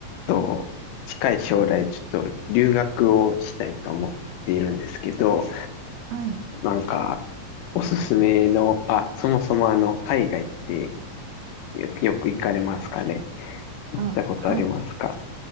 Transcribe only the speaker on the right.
はい。
あ、はい。